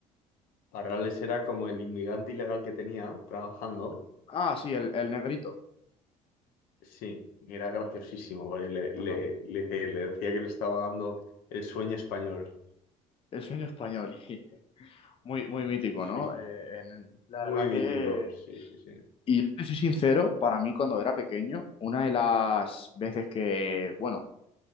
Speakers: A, on the left (about 70°); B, on the left (about 35°).
A: Parrales era como el inmigrante ilegal que tenía trabajando
B: Ah, sí, el, el negrito.
A: Sí, y era graciosísimo, porque le,
B: Ajá.
A: le, le- le decía que le estaba dando el sueño español.
B: El sueño español. <laughs> Muy, muy mítico, ¿no?
A: Sí, sí,
B: Eh,
A: sí.
B: en- la
A: Muy
B: verdad
A: mítico.
B: que...
A: Sí, sí, sí.
B: Y yo te soy sincero, para mí cuando era pequeño, una de las veces que, bueno,